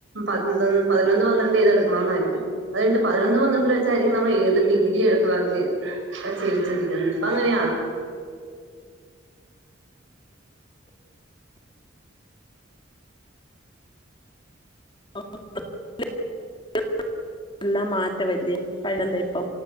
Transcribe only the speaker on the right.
പന്ത്ര പതിനൊന്ന് പന്ത്രണ്ട് ഏതെടുക്കണൊന്നായിരിക്കും അതുകഴിഞ്ഞിട്ട് പതിനൊന്ന് പന്ത്രണ്ടിൽ വെച്ചായിരിക്കും നമ്മൾ ഏത് ഡിഗ്രി എടുക്കുന്ന അലോച്ച്ചിണ്ടരിക്കുന്നത് ഇപ്പൊ അങ്ങനെയാണോ.